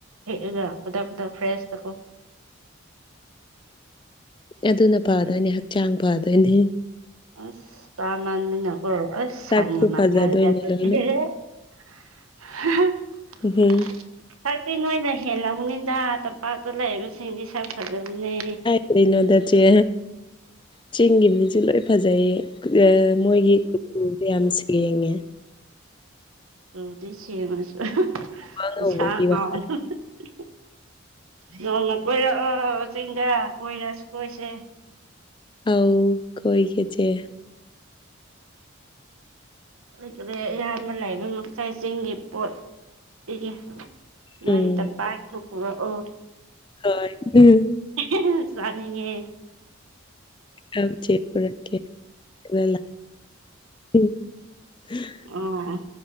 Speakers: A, on the right (about 90°); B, on the left (about 25°).
A: ꯍꯦꯛꯑꯒ ꯈꯨꯗꯛ ꯈꯨꯗꯛ ꯐ꯭ꯔꯦꯁꯇꯀꯣ
B: ꯑꯗꯨꯅ ꯐꯗꯣꯏꯅꯤ ꯍꯛꯆꯥꯡ ꯐꯗꯣꯏꯅꯤ
A: ꯑꯁ ꯇꯥꯃꯥꯟꯗꯅ ꯀꯣ ꯍꯁ
B: ꯆꯥꯛꯁꯨ
A: ꯁꯥꯟꯒ ꯃꯥꯅꯔꯦꯗ
B: ꯐꯖꯗꯣꯏꯅꯦ
A: <unintelligible>
B: ꯂꯣꯏꯅ ꯎꯝ
A: <unintelligible> ꯅꯣꯏꯅ ꯍꯦꯜꯂꯝꯒꯅꯤꯗ ꯇꯝꯄꯥꯛꯇ ꯂꯩꯕꯁꯤꯡꯗꯤ ꯁꯛ ꯐꯖꯕꯅꯤ
B: ꯀꯩꯅꯣꯗ ꯆꯦ ꯆꯤꯡꯒꯤ ꯃꯤꯁꯨ ꯂꯣꯏ ꯐꯖꯩꯌꯦ ꯃꯣꯏꯒꯤ ꯀꯨꯆꯨꯁꯦ ꯌꯥꯝ ꯁꯦꯡꯉꯦ
A: <unintelligible> ꯁꯦꯡꯉꯁꯨ
B: ꯋꯥ ꯉꯧꯕꯒꯤ
A: ꯏꯁꯥ <unintelligible>
B: ꯋꯥ
A: ꯅꯣꯡꯃ ꯀꯣꯏꯔꯛꯑꯣ ꯆꯤꯡꯗ ꯀꯣꯏꯔꯁꯨ ꯀꯣꯏꯁꯦ
B: ꯑꯥꯎ ꯀꯣꯏꯑꯦ ꯆꯦ
A: <unintelligible> ꯑꯌꯥꯝꯕ ꯂꯩꯕ ꯃꯈꯥꯏ ꯆꯤꯡꯒꯤ ꯄꯣꯠ ꯄꯤꯒꯦ ꯅꯣꯏ
B: ꯎꯝ
A: <unintelligible> ꯑꯣ
B: ꯍꯣꯏ ꯎꯝ
A: <unintelligible> ꯆꯥꯅꯤꯡꯉꯦ
B: ꯑꯧ ꯆꯦ ꯄꯨꯔꯛꯀꯦ ꯑꯗꯨ <unintelligible>
A: ꯑꯣ ꯑꯣ